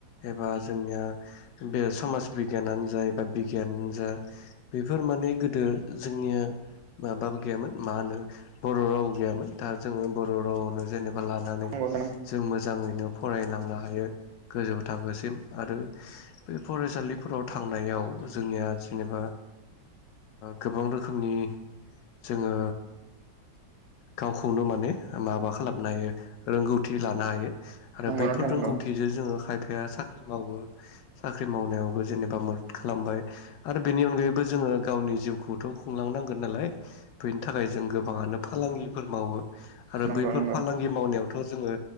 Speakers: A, on the left; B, on the right.
A: एबा जोंनिया बे समाज बिगियानानो जा ए बा बिगियानानो जा बेफोर माने गोदो जोंनिया माबाबो गैयामोन मा होनो बर' राव गैयामोन दा जोङो बर' रावआवनो जेनेबा एाबा लानानै
B: नंगौ
A: जों मोजाङैनो फरायलांनो हायो गोजौ थाखोसिम आरो बे फरायसालिफोराव थांनायाव जोंनिया जेनेबा गोबां रोखोमनि जोङो गावखौनो माने माबा खालामनो हायो रोंगौथि ल हायो आरो बैफोर
B: नोंथां नंगौ
A: रोंौथिजों ज बिफाया साख्रि मावो साख्रि मावनायावबो जेनेबा मदद खालामबाय आरो बेनि अनगायैबो जों जोङो गावनि जिउखौथ' खुंलांनांगोन नालाय बेनि थाखाय जों गोबाङानो फालांगिफोर मावो आरो
B: नंगौ
A: बैफोर
B: नंगौ नोंथां
A: फालांगि मावनायाव थ जोङो